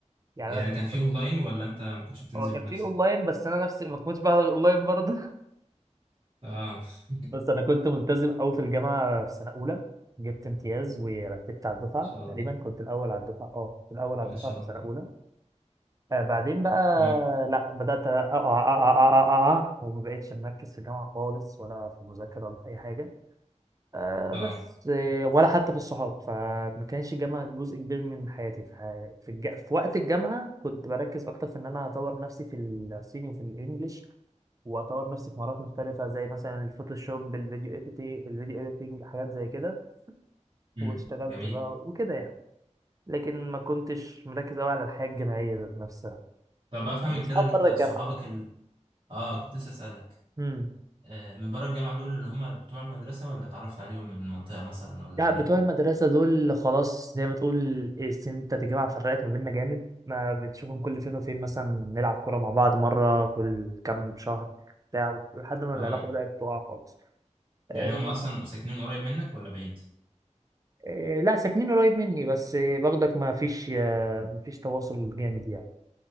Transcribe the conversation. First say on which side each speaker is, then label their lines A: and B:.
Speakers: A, on the right (about 30°); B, on the right (about 50°).
A: يعني
B: يعني
A: أنا
B: كان في
A: كنت-
B: أونلاين ولا انت ما كنتش بتنزل
A: هو كان
B: من
A: في
B: نفسك؟
A: اونلاين بس انا نفسي ما كنتش بحضر اونلاين برضه <laughs>
B: اه <laughs> ان
A: بس انا كنت ملتزم قوي في الجامعه في سنه اولى جبت امتياز ورتبت على الدفعه
B: شاء
A: تقريبا
B: الله
A: كنت الاول على الدفعه اه كنت الاول على
B: ما
A: الدفعه
B: شاء
A: في
B: الله
A: سنه اولى آه بعدين بقى
B: امم
A: لا بدات اقع اقع اقع اقع أقع، وما بقتش مركز في الجامعه خالص ولا في المذاكره ولا في اي حاجه آه
B: اه
A: بس آه ولا حتى في الصحاب فما كانش الجامعه جزء كبير من حياتي في, ح- في, الج... في وقت الجامعه كنت بركز اكتر في ان انا اطور نفسي في الصيني وفي الانجليش واطور نفسي في مهارات مختلفه زي مثلا الفوتوشوب الفيديو اديتنج الفيديو اديتنج حاجات زي كده
B: امم
A: واشتغلت
B: جميل
A: بقى وكده يعني لكن ما كنتش مركز قوي على الحياه الجامعيه ذات نفسها
B: طب أفهم
A: كان عندي
B: من
A: اصحاب
B: كده إن انت
A: بره
B: صحابك
A: الجامعه بقى.
B: ال... اه كنت لسه أسألك
A: امم
B: آه من بره الجامعة دول اللي هم بتوع المدرسة ولا اتعرفت عليهم من المنطقة مثلا ولا
A: لا
B: منين؟
A: بتوع المدرسه دول خلاص زي ما تقول إيه، السن بتاعت الجامعه فرقت ما بيننا جامد ما بتشوفهم كل فين وفين مثلا نلعب كوره مع بعض مره كل كام شهر بتاع لحد ما
B: اه
A: العلاقه بدات تقع خالص
B: يعني
A: آه،
B: هم اصلا ساكنين قريب منك ولا بعيد
A: آه، لا ساكنين قريب مني بس آه، باخدك ما فيش آه، ما فيش تواصل جامد يعني